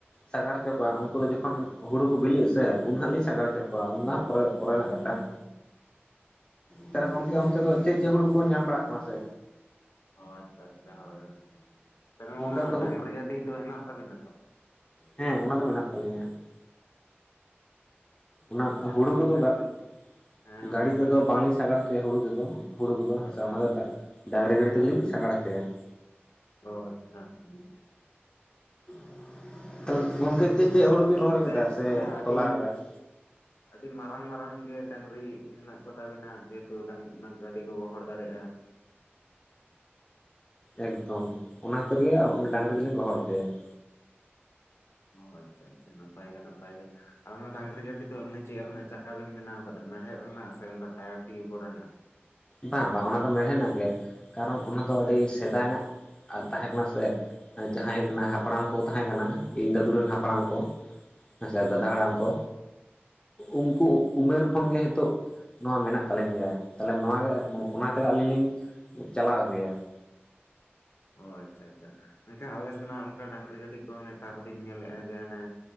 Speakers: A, on the left; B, on the left.
A: ᱥᱟᱜᱟᱲ ᱦᱚᱪᱚ ᱠᱚᱣᱟ ᱩᱱᱠᱩ ᱫᱚ ᱡᱚᱠᱷᱚᱱ ᱦᱩᱲᱩ ᱠᱚ ᱵᱤᱞᱤᱜ ᱟᱥᱮ ᱩᱱ ᱦᱟᱸᱜ ᱞᱤᱧ ᱥᱟᱜᱟᱲ ᱪᱚ ᱠᱚᱣᱟ ᱩᱱ ᱦᱟᱸᱜ ᱯᱚᱨᱮ ᱯᱚᱨᱮᱱᱟᱜ ᱠᱟᱛᱷᱟ ᱾ ᱛᱟᱦᱚᱞᱮ ᱜᱚᱝᱠᱮ ᱚᱱᱛᱮ ᱫᱚ ᱪᱮᱫ ᱪᱮᱫ ᱦᱩᱲᱩ ᱠᱚ ᱧᱟᱢ ᱵᱟᱲᱟᱜ ᱠᱟᱱᱟ ᱥᱮ?
B: ᱚ ᱟᱪᱪᱷᱟ ᱟᱪᱪᱷᱟ ᱦᱳᱭ ᱦᱳᱭ ᱛᱟᱞᱦᱮ
A: ᱜᱚᱝᱠᱮ
B: ᱚᱱᱟ
A: ᱚᱱᱛᱮ
B: ᱰᱟᱝᱨᱤ ᱜᱟᱹᱰᱤ ᱫᱚ ᱦᱮᱱᱟᱜ ᱛᱟᱵᱤᱱᱟ ᱛᱚ?
A: ᱦᱮᱸ ᱚᱱᱟ ᱫᱚ ᱢᱮᱱᱟᱜ ᱛᱟᱞᱤᱧᱟ ᱾ ᱚᱱᱟ
B: ᱟᱪᱪᱷᱟ
A: ᱦᱩᱲᱩ ᱠᱚᱫᱚ
B: ᱰᱟᱝᱨᱤ
A: <inaudible> ᱾
B: ᱦᱮᱸ
A: ᱜᱟᱹᱰᱤ
B: ᱦᱩᱲᱩ
A: ᱛᱮᱫᱚ
B: ᱥᱟᱜᱟᱲ
A: ᱵᱟᱝᱞᱤᱧ ᱥᱟᱜᱟᱲ ᱦᱚᱪᱚᱣᱟ ᱦᱩᱲᱩ ᱛᱮᱫᱚ ᱦᱩᱲᱩ ᱠᱚᱫᱚ
B: ᱚ
A: ᱦᱟᱥᱟ
B: ᱟᱪᱪᱷᱟ
A: ᱚᱱᱟ
B: ᱟᱪᱪᱷᱟ
A: ᱫᱚ ᱫᱟᱜ ᱰᱟᱝᱽᱨᱤ ᱜᱟᱹᱰᱤ
B: ᱰᱟᱝᱨᱤ
A: ᱛᱮᱜᱮᱞᱤᱧ ᱥᱟᱜᱟᱲ ᱦᱚᱪᱚᱭᱟ ᱾
B: ᱚ ᱟᱪᱪᱷᱟ ᱾
A: <inaudible> ᱜᱚᱝᱠᱮ ᱪᱮᱫ ᱪᱮᱫ ᱦᱩᱲᱩ ᱵᱤᱱ ᱨᱚᱦᱚᱭ
B: ᱟᱞᱮ
A: ᱠᱮᱫᱟ ᱥᱮ
B: ᱢᱟᱱᱮ ᱟᱹᱰᱤ
A: ᱛᱚᱞᱟ ᱠᱟᱫᱟ <inaudible>
B: ᱟᱹᱰᱤ ᱢᱟᱨᱟᱝ ᱢᱟᱨᱟᱝ ᱜᱮ ᱰᱟᱹᱝᱨᱤ ᱦᱮᱱᱟᱜ ᱠᱚ ᱛᱟᱵᱮᱱᱟ ᱡᱮᱦᱮᱛᱩ ᱰᱟᱝ ᱚᱱᱟ ᱜᱟᱹᱰᱤ ᱠᱚ ᱜᱚᱦᱚᱲ ᱫᱟᱲᱮᱭᱟᱜ-ᱟ ᱾
A: ᱮᱠᱫᱚᱢ ᱚᱱᱟ ᱠᱷᱟᱛᱤᱨ ᱜᱮ ᱩᱱ ᱰᱟᱝᱨᱤ ᱛᱮᱞᱤᱧ ᱜᱚᱦᱚᱲ ᱦᱚᱪᱚᱭᱟ ᱾
B: ᱚ ᱟᱪᱪᱷᱟ ᱟᱪᱪᱷᱟ ᱱᱟᱯᱟᱭ ᱜᱮ ᱱᱟᱯᱟᱭ ᱜᱮ ᱾ ᱟᱨ ᱚᱱᱟ ᱰᱟᱝᱨᱤ ᱜᱟᱹᱰᱤ ᱫᱚ ᱚᱱᱮ ᱪᱮᱫ ᱨᱮᱱᱟᱜ ᱪᱟᱠᱟ ᱵᱤᱱ ᱵᱮᱱᱟᱣ ᱟᱠᱟᱫᱟ ᱢᱮᱲᱦᱮᱫ ᱨᱮᱱᱟᱜ ᱥᱮ ᱚᱱᱠᱟ ᱴᱟᱭᱟᱨ ᱴᱤᱭᱩ ᱠᱚᱨᱮ ᱱᱟᱜ?
A: ᱵᱟᱝ ᱵᱟᱝ ᱚᱱᱟ ᱫᱚ ᱢᱮᱲᱦᱮᱫ ᱨᱮᱱᱟᱜ ᱜᱮ ᱠᱟᱨᱚᱱ ᱚᱱᱟ ᱫᱚ ᱟᱹᱰᱤ ᱥᱮᱫᱟᱭ ᱨᱮᱱᱟᱜ-ᱟ ᱛᱟᱦᱮᱸ ᱠᱟᱱᱟ ᱥᱮ ᱾ ᱡᱟᱦᱟᱸᱭ ᱠᱟᱱᱟ ᱦᱟᱯᱲᱟᱢ ᱠᱚ ᱛᱟᱦᱮᱸ ᱠᱟᱱᱟ ᱤᱧ ᱫᱟᱫᱩ ᱨᱮᱱ ᱦᱟᱯᱲᱟᱢ ᱠᱚ ᱦᱮᱸ ᱥᱮ ᱫᱟᱫᱟ ᱦᱟᱲᱟᱢ ᱠᱚ ᱩᱱᱠᱩ ᱩᱢᱮᱨ ᱠᱷᱚᱱᱜᱮ ᱦᱤᱛᱚᱜ ᱱᱚᱣᱟ ᱢᱮᱱᱟᱜ ᱛᱟᱹᱞᱤᱧ ᱜᱮᱭᱟ, ᱛᱟᱦᱚᱞᱮ ᱱᱚᱣᱟ <inaudible> ᱚᱱᱟ ᱛᱮᱜᱮ ᱟᱹᱞᱤᱧ ᱞᱤᱧ ᱪᱟᱞᱟᱣ ᱟᱹᱜᱩᱭᱟ ᱾
B: ᱚ ᱟᱪᱪᱷᱟ ᱟᱪᱪᱷᱟ, ᱢᱮᱱᱠᱷᱟᱡ ᱟᱞᱮ ᱥᱮᱱᱟᱜ ᱚᱱᱠᱟ ᱰᱟᱝᱨᱤ ᱜᱟᱹᱰᱤ ᱠᱚ ᱱᱮᱛᱟᱨ ᱫᱩᱧ ᱧᱮᱞᱮᱫ-ᱟ ᱡᱮ ᱦᱟᱱᱮ